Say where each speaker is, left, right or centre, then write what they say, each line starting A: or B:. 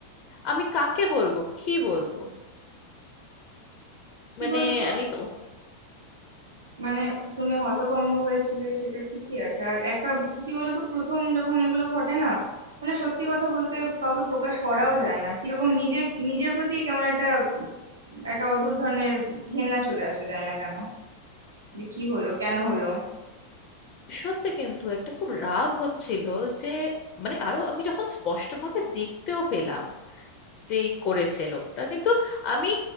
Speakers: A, on the left (about 35°); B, on the right (about 70°).
A: আমি কাকে বলবো কি বলবো
B: কি
A: মানে
B: বলতো
A: আমি তো
B: মানে তুমি হতভম্ব হয়েছিলে সেটা ঠিকই আছে আর একটা কি বলতো প্রথম যখন এগুলো ঘটে না মানে সত্যি কথা বলতে কাউকে প্রকাশ করাও যায় না কিরকম নিজে নিজের প্রতি কেমন একটা উম, একটা অদ্ভুত ধরনের ঘেন্না চলে আসে যায় না কেন যে কি হলো কেন হলো
A: সত্যি কিন্তু একটা খুব রাগ হচ্ছিল যে মানে আরো আমি যখন স্পষ্টভাবে দেখতেও পেলাম যে এই করেছে লোকটা কিন্তু আমি